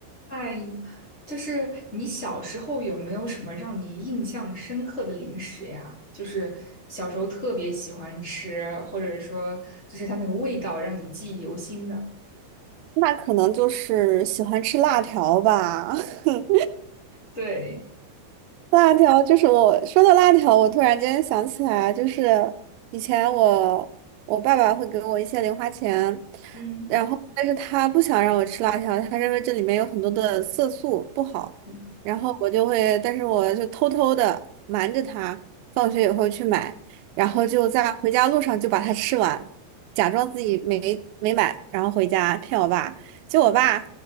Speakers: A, on the left; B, on the right.
A: 嗨，就是你小时候有没有什么让你印象深刻的零食呀？就是小时候特别喜欢吃，或者说就是它那个味道让你记忆犹新的。
B: 那可能就是喜欢吃辣条吧。<laughs> 嗯
A: 对，
B: 辣条就是我说到辣条，我突然间想起来啊，就是以前我我爸爸会给我一些零花钱，
A: 嗯，
B: 然后但是他不想让我吃辣条，他认为这里面有很多的色素不好，
A: 嗯，
B: 然后我就会，但是我就偷偷的瞒着他，放学以后去买，然后就在回家路上就把它吃完，假装自己没没买，然后回家骗我爸，结果我爸